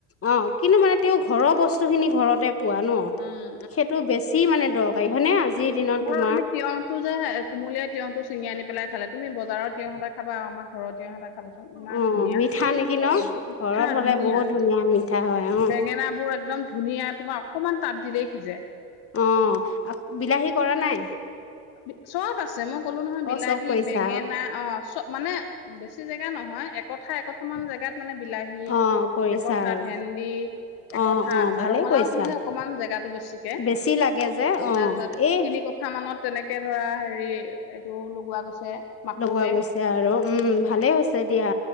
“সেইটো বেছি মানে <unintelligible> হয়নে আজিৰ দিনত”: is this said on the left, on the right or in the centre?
Left